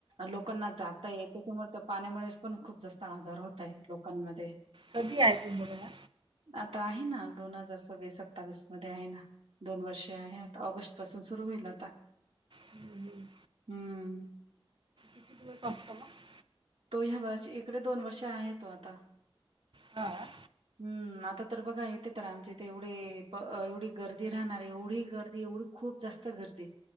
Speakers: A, on the right; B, on the right.
A: लोकांना जाता येते त्यामुळे त्या पाण्यामुळेच पण खूप जास्त आजार होतय लोकांमध्ये
B: कधी आहे कुंभ मेळा
A: आता आहे ना दोन हजार सव्वीस सत्तावीस मध्ये आहे ना दोन वर्षे आहे आता ऑगस्ट पासून सुरू होईल आता
B: हम्म, हम्म.
A: हम्म
B: <unintelligible>
A: तो ह्या वर्षी इकडे दोन वर्ष आहे तो आता
B: हां
A: हम्म आता तर बघा येते तर आमचे इथ एवढे एवढी ब गर्दी राहणार एवढी गर्दी एवढी खूप जास्त गर्दी